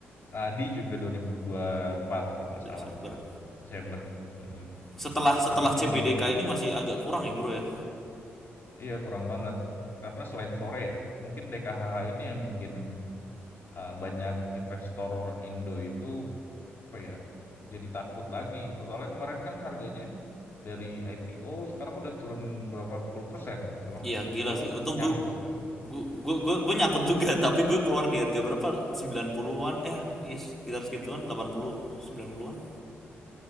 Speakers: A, on the left; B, in the centre.
A: Adi juga 2024 kalau nggak
B: Desember.
A: salah, Desember. Mm-mm.
B: Setelah setelah
A: Jadi
B: C
A: menurut
B: B D K ini masih agak kurang ya, Bro ya.
A: Iya, kurang banget. Karena selain Fore ya, mungkin DKHH ini yang bikin uh, banyak investor Indo itu apa ya? Jadi takut lagi. Soalnya kemarin kan harganya dari IPO sekarang udah turun berapa puluh persen, termasuk
B: Iya gila
A: gua
B: sih. Untung
A: nyangkut.
B: gue
A: kan.
B: gue gue gue, gue nyangkut juga <laughs> tapi gue keluar di harga berapa? 90-an eh iya, sekitar segituan 80 90-an.